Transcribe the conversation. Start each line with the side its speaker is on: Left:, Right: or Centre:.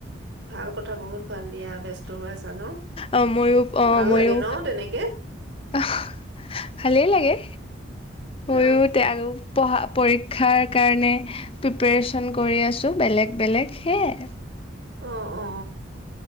Right: ভাল কথা বহুত ভাল দিয়া ব্যস্ত হৈ আছা ন'?
Left: অ ময়ো অ
Right: ভাল
Left: ময়ো
Right: লাগে ন তেনেকে?
Left: আহ ভালেই লাগে মইয়ো
Right: অ',
Left: তে আৰু পঢ়া পৰীক্ষাৰ কাৰণে প্ৰিপেৰে্ছন কৰি আছোঁ বেলেগ বেলেগ সেয়াই।
Right: অ অ